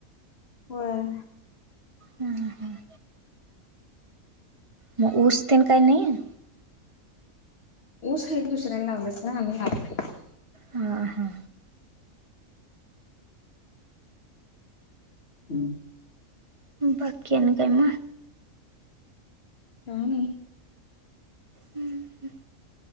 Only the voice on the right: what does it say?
हम्म हम्. मग उऊसतीलन काही नाही.
ह हा.
बाकीन ग म
हम्म ह्.